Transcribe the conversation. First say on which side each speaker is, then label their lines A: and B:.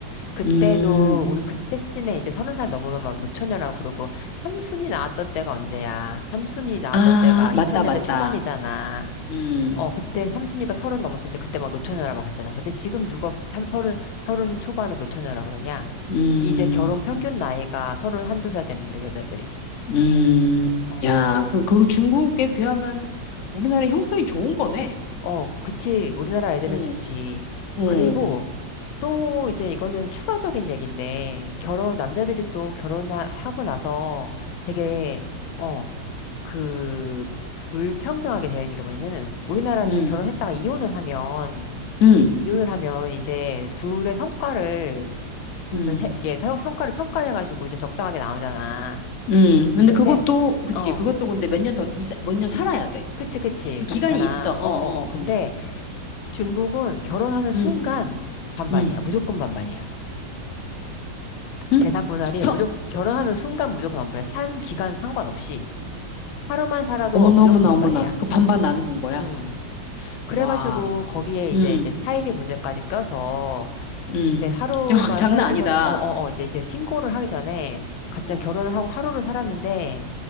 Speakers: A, on the left; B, on the left.
A: 그때도
B: 음.
A: 우리 그때쯤에 이제 서른 살 넘으면 막 노처녀라고 그러고 삼순이 나왔던 때가 언제야? 삼순이 나왔던
B: 아,
A: 때가
B: 맞다,
A: 2000년대
B: 맞다.
A: 초반이잖아.
B: 음,
A: 어 그때 삼순이가 서른 넘었었는데 그때 막 노처녀라 막 그랬잖아. 근데 지금 누가 삼- 서른 서른 초반에 노처녀라 그러냐?
B: 음,
A: 이제 결혼 평균 나이가 서른 한두 살 됐는데 여자들이.
B: 음.
A: 어,
B: 야, 그, 그 중국에 비하면 우리나라 형편이 좋은 거네.
A: 어, 그치. 우리나라 애들은
B: 어,
A: 좋지.
B: 어,
A: 그리고 또 이제 이거는 추가적인 얘기인데, 결혼, 남자들이 또 결혼하고 나서 되게, 어, 그, 불평등하게 되어 있는 게 뭐냐면은, 우리나라는
B: 음,
A: 결혼했다가 이혼을 하면,
B: 음,
A: 이혼을 하면 이제 둘의 성과를,
B: 음,
A: 해- 이게 성- 성과를 평가를 해가지고 이제 적당하게 나오잖아.
B: 음. 근데
A: 근데,
B: 그것도, 그치,
A: 어,
B: 그것도 근데 몇 년 더, 몇 년 살아야 돼.
A: 그치, 그치.
B: 그
A: 그렇잖아.
B: 기간이 있어, 어,
A: 어,
B: 어,
A: 어, 어. 근데,
B: 어.
A: 중국은 결혼하는 순간
B: 음,
A: 반반이야.
B: 음,
A: 무조건 반반이야.
B: 음.
A: 재산 분할이
B: 서,
A: 무조건 결혼하는 순간 무조건 반반이야. 산 기간 상관없이 하루만 살아도
B: 어머나,
A: 무조건
B: 어머나,
A: 반반이야.
B: 어머나. 그 반반
A: 음.
B: 나누는 거야.
A: 음. 그래가지고
B: 와,
A: 거기에
B: 음,
A: 이제 이제 차일이 문제까지 껴서
B: 음.
A: 이제 하루만
B: <laughs> 장난
A: 살고서는
B: 아니다.
A: 어 어 어 이제 이제 신고를 하기 전에 갑자기
B: 어,
A: 결혼을 하고 하루를 살았는데